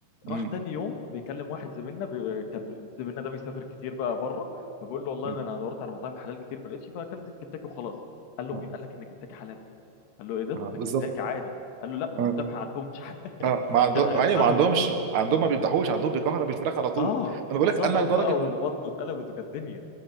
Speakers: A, on the left (about 75°); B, on the right (about 55°).
A: راح
B: امم
A: تاني يوم بيكلم واحد زميلنا بي... كان زميلنا ده بيسافر كتير بقى بره فبيقول له والله
B: أمم،
A: ده انا دورت على مطاعم حلال كتير ما لقيتش فاكلت في كنتاكي وخلاص قال له
B: اه
A: مين قال لك ان كنتاكي حلال قال له ايه ده
B: آه،
A: ده
B: بالظبط
A: كنتاكي عادي قال له لا ما
B: اه
A: هو الذبح عندهم مش حلال
B: اه
A: <laughs>
B: ما عندهم
A: كان هيتصدم
B: ايوه ما عندهمش عندهم ما بيذبحوش عندهم بيكهرب الفراخ على طول
A: اه
B: انا بقول
A: اتصدم
B: لك انا لدرجه
A: بقى وبطنه
B: إن-
A: اتقلبت وكانت الدنيا